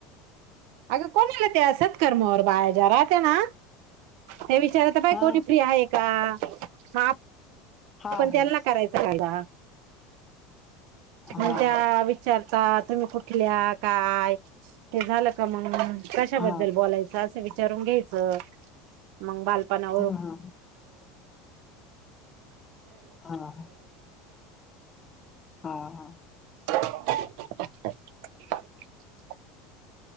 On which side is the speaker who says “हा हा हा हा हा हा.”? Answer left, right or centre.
Left